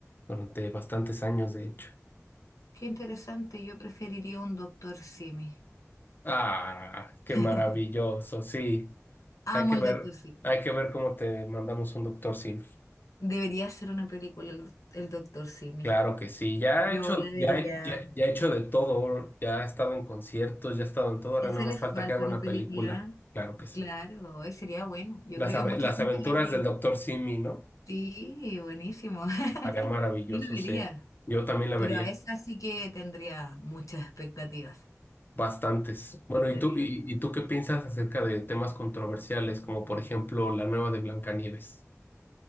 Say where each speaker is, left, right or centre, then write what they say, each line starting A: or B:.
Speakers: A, on the left (about 40°); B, on the left (about 80°).
A: durante bastantes años, de hecho.
B: qué interesante, yo preferiría un Doctor Simi.
A: Ah, qué
B: <laughs>
A: maravilloso, sí.
B: Amo
A: Hay que
B: al
A: ver,
B: Doctor Simi.
A: hay que ver cómo te mandamos un doctor Sim.
B: Debería ser una película el, el Doctor Simi.
A: Claro que sí. Ya
B: Yo
A: he hecho,
B: la vería.
A: ya he, ya, ya he hecho de todo, ya he estado en conciertos, ya he estado en todo, ahora
B: Eso
A: nada más
B: les
A: falta
B: falta
A: que haga
B: una
A: una
B: película.
A: película. Claro que sí.
B: Claro, hoy sería bueno. Yo
A: Las,
B: creo
A: ave-
B: que mucha
A: las
B: gente
A: aventuras
B: la vería.
A: del doctor Simi, ¿no?
B: Sí, buenísimo. <laughs>
A: Estaría maravilloso,
B: Yo la vería.
A: sí. Yo también la
B: Pero
A: vería.
B: a esa sí que tendría muchas expectativas.
A: Bastantes. Bueno,
B: Expectativas.
A: ¿y tú, y, y tú qué piensas acerca de temas controversiales, como por ejemplo la nueva de Blancanieves?